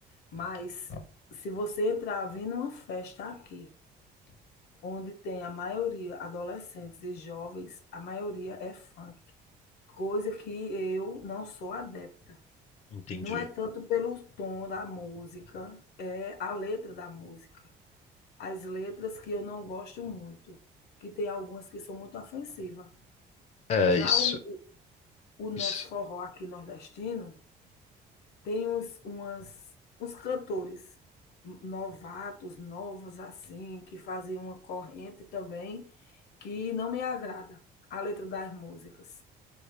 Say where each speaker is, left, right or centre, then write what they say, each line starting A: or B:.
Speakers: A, on the left; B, on the left.
A: Mas se você entrar vir numa festa aqui, onde tem a maioria adolescentes e jovens, a maioria é funk, coisa que eu não sou adepta.
B: Entendi.
A: Não é tanto pelo tom da música, é a letra da música. As letras que eu não gosto muito, que tem algumas que são muito ofensivas.
B: É,
A: Já
B: isso,
A: o, o nosso
B: isso,
A: forró aqui nordestino tem uns, umas, uns cantores novatos, novos assim, que fazem uma corrente também que não me agrada. A letra das músicas